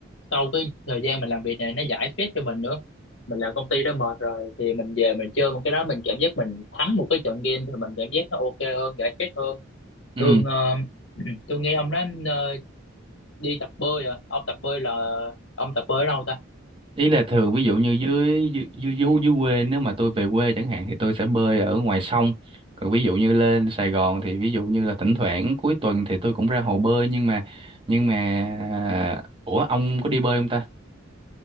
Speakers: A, on the left; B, on the right.
A: sau cái thời gian mình làm việc này nó giải stress cho mình nữa mình làm công ty đó mệt rồi thì mình về mình chơi một cái đó mình cảm giác mình thắng một cái trận game thì mình cảm giác nó ok hơn giải stress hơn
B: ừ
A: thường ờ, <clears throat> tôi nghe ông nói ờ, đi tập bơi à ông tập bơi là ông tập bơi ở đâu ta?
B: ý là thường ví dụ như dưới dưới dưới, dưới dưới quê nếu mà tôi về quê chẳng hạn thì tôi sẽ bơi ở ngoài sông còn ví dụ như lên Sài Gòn thì ví dụ như là thỉnh thoảng cuối tuần thì tôi cũng ra hồ bơi nhưng mà nhưng mà ủa ông có đi bơi không ta